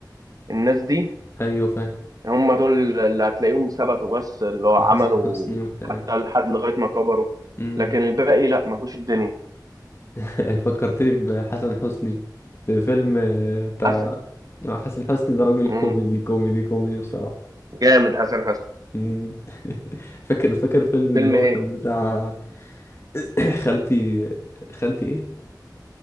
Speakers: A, on the right; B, on the left.
A: الناس دي
B: ايوه فاهم
A: هم دول اللي هتلاقيهم ثبتوا بس اللي هو عملوا
B: وحسن حسني وبتاع
A: حتى لحد لغايه ما كبروا
B: امم
A: لكن الباقي لا ما جوش الدنيا
B: <laughs> فكرتني بحسن حسني في فيلم آه، بتاع
A: حسن
B: آه، حسن حسني ده راجل
A: امم
B: كوميدي كوميدي كوميدي بصراحة
A: جامد حسن حسن
B: مم. <laughs> فاكر فاكر فيلم
A: فيلم
B: اللي هو
A: ايه؟
B: كان بتاع <coughs> <clears throat> خالتي خالتي ايه